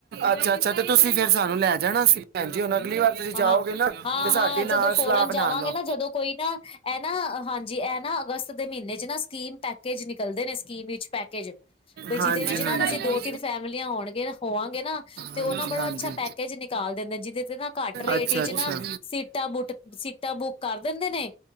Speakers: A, on the right; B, on the left.
A: ਅੱਛਾ ਅੱਛਾ ਤੇ ਤੁਸੀਂ ਫੇਿਰ ਸਾਨੂੰ ਲੈ ਜਾਣਾ ਸੀ ਹਾਂਜੀ ਹੁਣ ਅਗਲੀ ਵਾਰ ਤੁਸੀਂ
B: ਹਾਂ
A: ਜਾਓਗੇ ਨਾ
B: ਹਾਂ
A: ਤੇ ਸਾਡੀ
B: ਹਾਂ
A: ਨਾਲ
B: ਜਦੋਂ ਫੋਰਨ
A: ਸਲਾਹ ਬਣਾ
B: ਜਾਵਾਂਗੇ
A: ਲਓ
B: ਨਾ ਜਦੋਂ ਕੋਈ ਨਾ ਇਹ ਨਾ ਹਾਂਜੀ ਇਹ ਨਾ ਅਗਸਤ ਦੇ ਮਹੀਨੇ ਚ ਨਾ ਸਕੀਮ ਪੈਕੇਜ ਨਿਕਲਦੇ ਨੇ ਸਕੀਮ ਵਿੱਚ ਪੈਕੇਜ ਬਈ
A: ਹਾਂਜੀ
B: ਜਿਹਦੇ ਵਿੱਚ ਨਾ
A: ਹਾਂਜੀ
B: ਤੁਸੀਂ ਦੋ ਤਿੰਨ ਫੈਮਲੀਆਂ ਹੋਣਗੇ ਹੋਵਾਂਗੇ ਨਾ ਤੇ
A: ਹਾਂਜੀ
B: ਉਹ ਬੜਾ
A: ਹਾਂਜੀ
B: ਅੱਛਾ ਪੈਕੇ ਚ ਨਿਕਾਲ ਦਿੰਦੇ ਜਿਹਦੇ ਨਾ ਘੱਟ ਰੇਟ
A: ਅੱਛਾ
B: ਵਿਚ
A: ਅੱਛਾ
B: ਨਾ ਸੀਟਾਂ ਬੁਕ ਸੀਟਾਂ ਬੁੱਕ ਕਰ ਦਿੰਦੇ ਨੇ